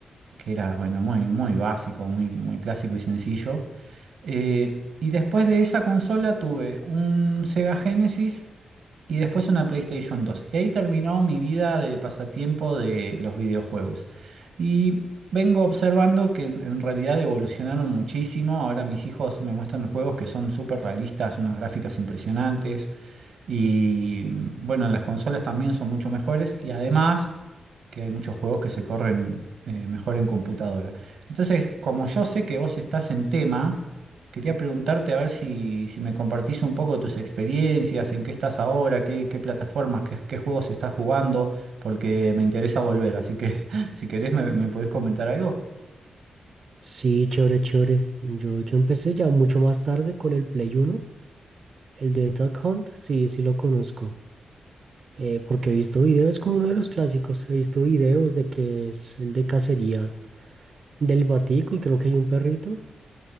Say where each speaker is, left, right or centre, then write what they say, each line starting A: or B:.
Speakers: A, on the right (about 80°); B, on the right (about 45°).
A: que era, bueno, muy, muy básico, muy, muy clásico y sencillo. Eh, y después de esa consola tuve un Sega Genesis y después una PlayStation dos Y ahí terminó mi vida de pasatiempo de los videojuegos. Y vengo observando que en en realidad evolucionaron muchísimo. Ahora mis hijos me muestran juegos que son súper realistas, unas gráficas impresionantes. Y bueno, las consolas también son mucho mejores. Y además que hay muchos juegos que se corren eh, mejor en computadora. Entonces, como yo sé que vos estás en tema, quería preguntarte a ver si, si me compartís un poco tus experiencias, en qué estás ahora, qué, qué plataformas, qué, qué juegos estás jugando, porque me interesa volver. Así que <laughs> si querés, me, me podés comentar algo.
B: Sí, chévere, chévere. Yo, yo empecé ya mucho más tarde con el Play Uno, El de Duck Hunt, sí, sí lo conozco. eh, porque he visto videos, es como uno de los clásicos. He visto videos de que es el de cacería del batico y creo que hay un perrito.